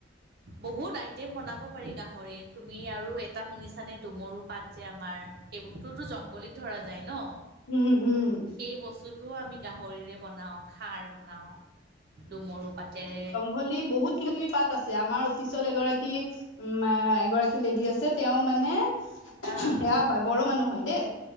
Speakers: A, on the right; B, on the left.
A: বহুত আইটেম বনাব- পাৰি গাহৰিৰ তুমি আৰু এটা শুনিছানে দুমৰু পাত যে আমাৰ, সেইবোৰ- তোৰতো জংগলীত ধৰা যায় ন।
B: হুম উম'
A: এই বস্তুটোও আমি গাহৰিৰে বনাওঁ খাৰ বনাওঁ দুমৰু পাতেৰে।
B: হলি বহুত কিবা কিবি পাত আছে আমাৰ অফিচত এগৰাকী- মা এগৰাকী লেডি আছে তেওঁ মানে-
A: অঁ
B: সেয়া হয় বড়ো মানুহ হয় দেই।